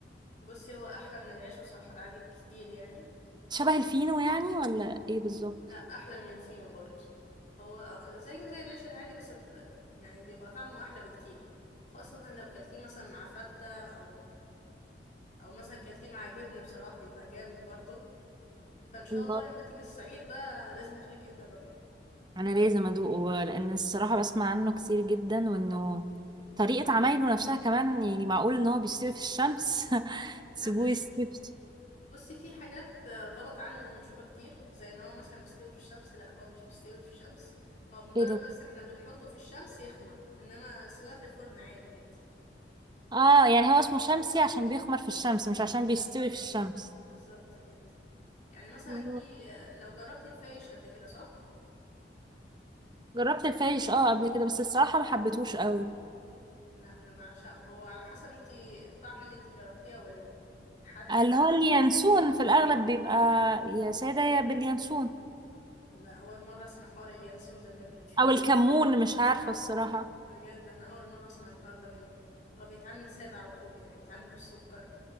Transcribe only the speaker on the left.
بصي هو احلى من العيش بصراحة العادي بكتير يعني
لا احلى من الفينو برضه هو زيه زي العيش العادي بس ب... يعني بيبقى طعمه احلى بكتير خاصة لو كلتيه مثلا مع فتة او او مثلا كلتيه مع جبنة بصراحة بيبقى جامد برضه فان شاء
الله لما تيجي الصعيد بقى لازم اخليكي تجربيه
لا
مش
ب-
بصي في حاجات آه، غلط عنه منشورة كتير زي ان هو مثلا بيستوي في الشمس لا هو مش بيستوي في الشمس هو مجرد
بس احنا بنحطه في الشمس يخمر انما سواه في الفرن عادي جدا
بالظبط
بالظبط جدا يعني مثلا
انت لو جربتي الفايش قبل كده صح؟
لا انا بعشقه هو على حسب انت الطعم اللي انت جربتيه او الحد
اللي
عمله
لا اول مره اسمع حوار اليانسون ده منك
بجد انا اول مره اسمع الحوار ده منك هو بيتعمل ساده على طول يعني بيتعمل بالسكر